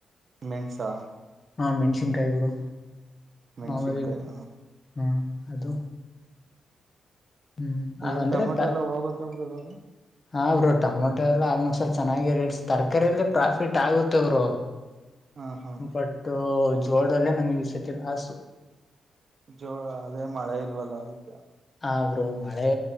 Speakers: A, on the right (about 40°); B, on the left (about 25°).
A: ಮೆಣಸಾ
B: ಹಾ ಮೆಣ್ಸಿನ್ಕಾಯಿ ಗುರು
A: ಮೆಣ್ಸಿನ್ಕಾಯಿ
B: ಮಾಮುಲಿ
A: ಹ
B: ಹಾ ಅದು. ಹ್ಮ್
A: ಏನ್
B: ಅಂದ್ರೆ
A: ಟಮೊಟೊ
B: ತ
A: ಎಲ್ಲ ಹೋಗತ್ತಾ ಬ್ರೋ ಇವಾಗ.
B: ಹಾ ಬ್ರೋ ಟೊಮೊಟೊ ಎಲ್ಲ ಆಲ್ಮೋಸ್ಟ್ ಎಲ್ಲಿ ಚೆನ್ನಾಗಿ ರೇಟ್ಸ್ ತರಕಾರಿಯಲ್ಲೇ ಪ್ರಾಫಿಟ್ ಆಗುತ್ತೆ ಬ್ರೋ.
A: ಹಾ ಹಾ
B: ಬಟ್ಟ ಜೋಳದಲ್ಲೇ ನಮಗೆ ಈ ಸತಿ ಲಾಸು.
A: ಜೋ ಅದೇ ಮಳೆ ಇಲ್ವಲ್ಲ ಅದಕ್ಕೆ.
B: ಹ ಬ್ರೋ ಮಳೆ